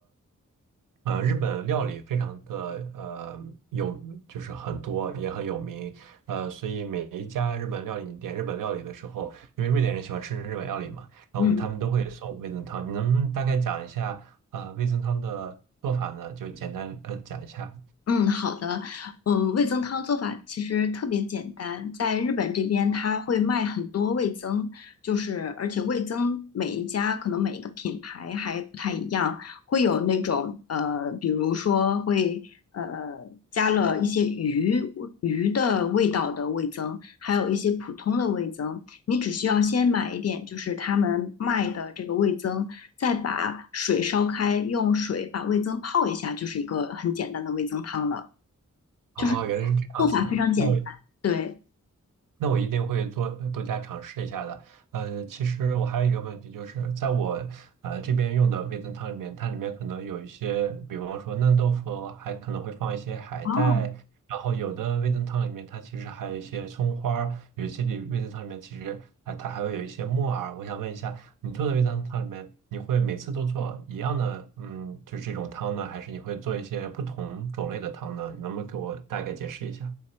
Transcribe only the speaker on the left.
嗯。
嗯，好的。嗯，味增汤做法其实特别简单，在日本这边它会卖很多味增，就是而且味增每一家可能每一个品牌还不太一样，会有那种呃，比如说会呃加了一些鱼鱼的味道的味增，还有一些普通的味增。你只需要先买一点，就是他们卖的这个味增，再把水烧开，用水把味增泡一下，就是一个很简单的味增汤了。
就是
做法非常简单。
对，
哦，